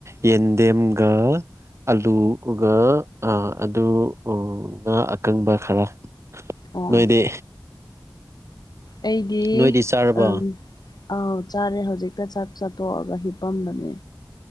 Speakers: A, on the right; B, on the left.
A: ꯌꯦꯟꯗꯦꯝꯒ ꯑꯂꯨꯒ ꯑꯗꯨ ꯉꯥ ꯑꯀꯪꯕ ꯈꯔ
B: ꯑꯣ
A: ꯅꯣꯏꯗꯤ
B: ꯑꯩꯒꯤ
A: ꯅꯣꯏꯗꯤ ꯆꯥꯔꯕꯣ
B: ꯑꯝ ꯑꯥꯎ ꯆꯥꯔꯦ ꯍꯧꯖꯤꯛꯇꯥ ꯆꯥꯛ ꯆꯥ ꯇꯣꯛꯑꯒ ꯍꯤꯞꯄꯝꯕꯅꯦ